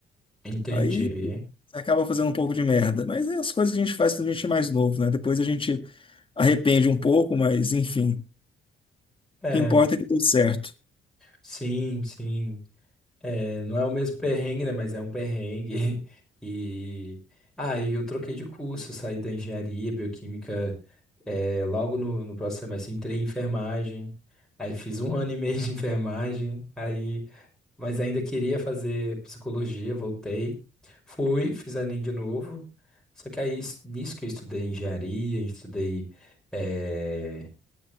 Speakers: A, in the centre; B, on the left.
A: entendi.
B: aí você acaba fazendo um pouco de merda, mas é as coisas que a gente faz quando a gente é mais novo, né? Depois a gente arrepende um pouco, mas enfim, o
A: É,
B: que importa é que deu certo.
A: sim, sim. É, não é o mesmo perrengue, né? Mas é um perrengue. <laughs> E aí eu troquei de curso, saí da engenharia bioquímica, é, logo no, no próximo semestre entrei em enfermagem. Aí fiz um ano e meio de <laughs> enfermagem, aí, mas ainda queria fazer psicologia, voltei, fui, fiz Enem de novo. Só que aí, nisso que eu estudei engenharia, estudei é,